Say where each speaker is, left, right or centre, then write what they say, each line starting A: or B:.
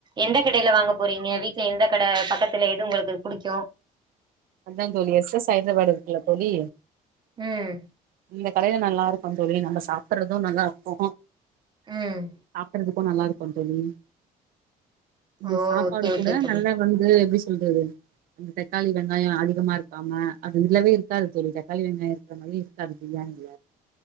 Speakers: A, on the right (about 30°); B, on the right (about 70°).
A: எந்த கடையில வாங்க போறீங்க வீட்டுல எந்த கட பக்கத்துல எதுவும் உங்களுக்கு புடிக்கும்
B: அத்தான் தோழி எஸ் எஸ் ஹைத்ராபாத் இருக்குல்ல தோழி
A: உம்
B: இந்த கடையில நல்லா இருக்கும் தோழி நம்ம சாப்புட்றதும் நல்லா இருக்கோ
A: ம்
B: அப்புறது இப்போ நல்லாருக்கே தோழி இங்க
A: ஓ
B: சாப்பாடு
A: ஓகே ஓகே
B: கூட
A: தோழி
B: நல்லா வந்து எப்டி சொல்றது அந்த தக்காளி வெங்காயோ அதிகமாருக்காம அது இல்லவே இருக்காது தோழி தக்காளி வெங்காயோ இருக்கற மாதிரியே இருக்காது பிரியாணில